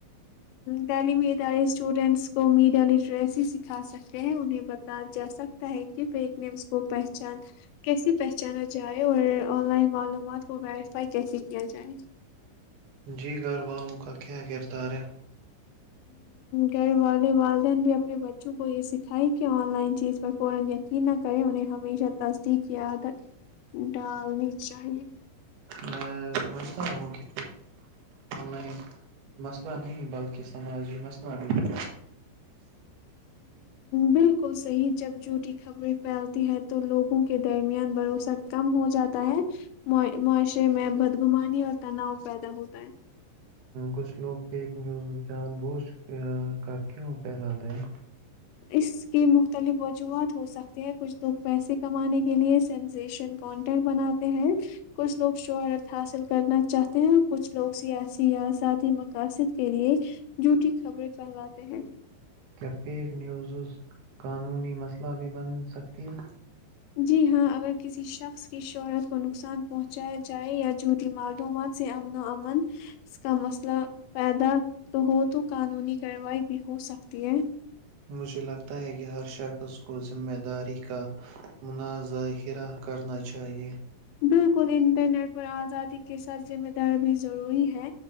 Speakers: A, on the left; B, on the right.
A: تعلیمی ادارے اسٹوڈنٹس کو میڈیا لٹریسی سکھا سکتے ہیں انہیں بتا جا سکتا ہے کہ فیک نمس کو پہچان کیسے پہچانا جائے اور آن لائن معلومات کو ویریفائی کیسے کیا جائے
B: جی گھر والوں کا کیا کردار ہے
A: گھر والے والدین بھی اپنے بچوں کو یہ سکھائی کہ ان لائن چیز پر فورا یقین نہ کریں انہیں ہمیشہ تصدیق یاد ڈالنی چاہیے <inaudible>
B: میں سمجھتا ہوں کہ لائن مسئلہ نہیں بلکہ سماجی مسئلہ بھی ہے
A: بالکل صحیح جب جوٹی خبریں پھیلتی ہے تو لوگوں کے درمیان بھروسہ کم ہو جاتا ہے معاشرے میں بدگمانی اور تناؤ پیدا ہوتا ہے <inaudible>
B: کچھ لوگ فیک نیوز جان بوجھ کر کیوں کہلاتے ہیں
A: اس کی مختلف وجوہات ہو سکتی ہے کچھ لگ پیسے کمانے کے لیے سنسیشن کانٹینٹ بناتے ہیں کچھ لوگ شہرت حاصل کرنا چاہتے ہیں اور کچھ لوگ سیاسی یا ذاتی مقاصد کے لیے جھوٹی خبریں پھیلاتے ہیں
B: کیا فیک نیوزز قانونی مسئلہ بھی بن سکتی ہیں؟
A: جی ہاں اگر کسی شخص کی شہرت کو نقصان پہنچایا جائے یا جھٹی معلومات سے امن و امن کا مسئلہ پیدا تو ہو تو قانونی کارروائی بھی ہو سکتی ہے
B: مجھے لگتا ہے کہ ہر شخص کو ذمہ داری کا منظاہرہ کرنا چاہیئے
A: بالکل انٹرنیٹ پر آزادی کے ساتھ ذمہ دار بھی ضروری ہے